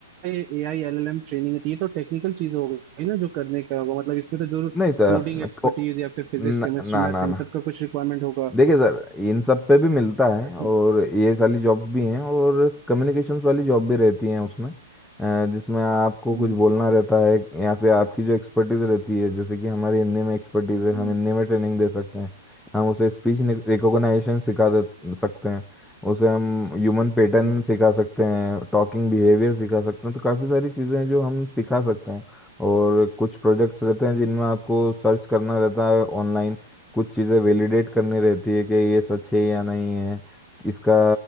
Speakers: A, on the right; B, in the centre.
A: ये एआई एलएलएम ट्रेनिंग है तो ये तो टेक्निकल चीज हो गई ना जो करने का होगा मतलब इसमें तो जरूर
B: नहीं सर
A: कोडिंग एक्सपर्टीज
B: न- को-
A: या फिर फिजिक्स
B: न-
A: केमिस्ट्री
B: ना
A: मैथ्स
B: ना
A: इन
B: ना
A: सब का कुछ रिक्वायरमेंट होगा
B: देखिए सर इन सब पे भी मिलता है
A: ऐसा
B: और ये सारी जॉब्स भी हैं और कम्युनिकेशंस वाली जॉब भी रहती हैं उसमें अ, जिसमें आपको
A: हम्म,
B: कुछ बोलना रहता है या फिर आपकी जो एक्सपर्टीज़ रहती है जैसे कि हमारी हिंदी में एक्सपर्टीज़ है हम
A: हम्म,
B: हिंदी में ट्रेनिंग दे सकते हैं हम उसे स्पीच रिकॉग्नाइजेशन सिखा दे सकते हैं उसे हम ह्यूमन पैटर्न
A: हम्म,
B: सिखा सकते हैं टॉकिंग बिहेवियर सिखा सकते हैं तो काफ़ी सारी चीज़ें हैं जो हम सिखा सकते हैं और कुछ प्रोजेक्ट्स रहते हैं जिनमें आपको सर्च करना रहता है ऑनलाइन कुछ चीज़ें वैलिडेट करनी रहती है कि ये सच है या नहीं है कि इसका